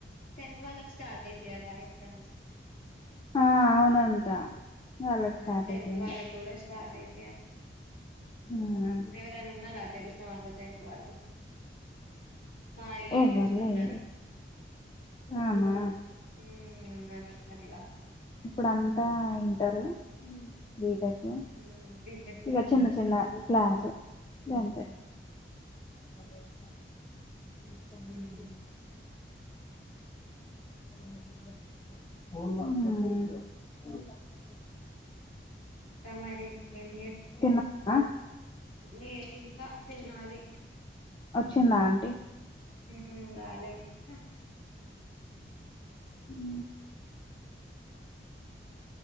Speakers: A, on the left; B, on the left.
A: టెన్త్ వాళ్ళకు స్టార్ట్ అయితాయి అట టంచు
B: ఆ అవునంట వాళ్ళకి
A: ఆ
B: స్టార్ట్
A: టెన్త్
B: అయితాయి ఇంగ
A: వాళ్ళకు కూడా స్టాట్ ఐ తే అట
B: హ్మ్
A: ఎవరైనున్నారా తెలుసా అంట టెంత్ వాళ్ళు మా రిలేటివ్స్
B: ఎవ్వరు లేరు
A: ఉన్నారు
B: ఆమా
A: ఊ ఉన్నారు ఉన్నారు ఈడ
B: ఇప్పుడతా ఇంటరు బీటె ఊ
A: ఉమ్ బీటెక్ వాళ్ళు
B: ఇగ చిన్న
A: ఉన్నారా
B: చిన్న క్లాసు గంతే అరవై రూపాయలు <inaudible>
A: ఉమ్
B: <inaudible>
A: ఇంకా మరేంటి ఏం చేస్తున్నా
B: తిన్నావా
A: నేనింకా తినాలి
B: వచ్చిందా ఆంటీ
A: ఉ హు రాలే ఇంకా
B: హూ